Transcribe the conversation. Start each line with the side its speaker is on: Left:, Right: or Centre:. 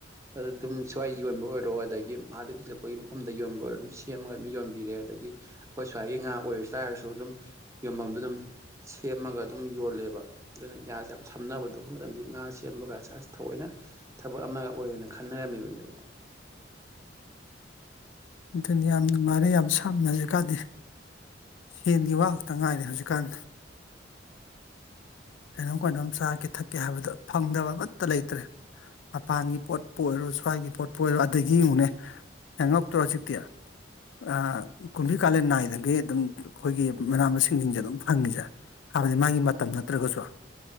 Right: ꯑꯗꯗꯨꯝ ꯁꯨꯋꯥꯏ ꯌꯣꯟꯕ ꯑꯣꯏꯔꯣ ꯑꯗꯒꯤ ꯑꯥꯗꯩ ꯄꯨꯁꯤꯜꯂꯛꯄꯒꯤ ꯃꯐꯝꯗ ꯌꯣꯟꯕ ꯑꯣꯏꯔꯣ ꯑꯗꯨꯝ ꯁꯦꯝꯃꯒ ꯑꯗꯨꯝ ꯌꯣꯟꯕꯤꯔꯦ ꯑꯗꯒꯤ ꯑꯈꯣꯏ ꯁ꯭ꯋꯥꯏꯒꯤ ꯉꯥ ꯑꯣꯏꯔ ꯆꯥꯔꯁꯨ ꯑꯗꯨꯝ ꯌꯣꯟꯕꯝꯗꯗꯨꯝ ꯁꯦꯝꯃꯒ ꯑꯗꯨꯝ ꯌꯣꯜꯂꯦꯕ ꯗꯨꯅ ꯌꯥ ꯁꯦ ꯌꯥꯝ ꯁꯝꯅꯕꯗꯣ ꯑꯈꯣꯏ ꯃꯇꯝꯗꯤ ꯉꯥ ꯁꯦꯝꯕꯒꯥꯁꯦ ꯑꯁ ꯊꯑꯣꯏꯅ ꯊꯕꯛ ꯑꯃꯒ ꯑꯣꯏꯗꯅ ꯈꯟꯅꯔꯝꯃꯤꯕꯅꯦꯕ
Left: ꯗꯨꯅꯤ ꯌꯥꯝ ꯅꯨꯡꯉꯥꯏꯔꯦ ꯌꯥꯝ ꯁꯥꯝ ꯍꯧꯖꯤꯛꯀꯥꯟꯗꯦ ꯍꯦꯟꯒꯤ ꯋꯥ ꯈꯛꯇ ꯉꯥꯏꯔꯦ ꯍꯧꯖꯤꯛꯀꯥꯟ ꯀꯩꯅꯣꯝ ꯀꯅꯣꯝ ꯆꯥꯒꯦ ꯊꯛꯀꯦ ꯍꯥꯏꯕꯗ ꯐꯪꯗꯕ ꯑꯃꯠꯇ ꯂꯩꯇ꯭ꯔꯦ ꯃꯄꯥꯟꯒꯤ ꯄꯣꯠꯄꯨ ꯑꯣꯏꯔꯣ ꯁ꯭ꯋꯥꯏꯒꯤ ꯄꯣꯠꯄꯨ ꯑꯣꯏꯔꯣ ꯑꯗꯒꯤ ꯌꯦꯉꯨꯅꯦ ꯑꯦ ꯉꯛꯇ꯭ꯔꯣ ꯍꯧꯖꯤꯛꯇꯤ ꯑ ꯀꯨꯝꯕꯤ ꯀꯥꯂꯦꯟ ꯅꯥꯏꯗꯒꯩ ꯑꯗꯨꯝ ꯑꯈꯣꯏꯒꯤ ꯃꯅꯥ ꯃꯁꯤꯡꯁꯤꯡꯖꯦ ꯑꯗꯨꯝ ꯐꯪꯉꯤꯖꯦ ꯍꯥꯏꯕꯗꯤ ꯃꯥꯒꯤ ꯃꯇꯝ ꯅꯠꯇ꯭ꯔꯒꯁꯨ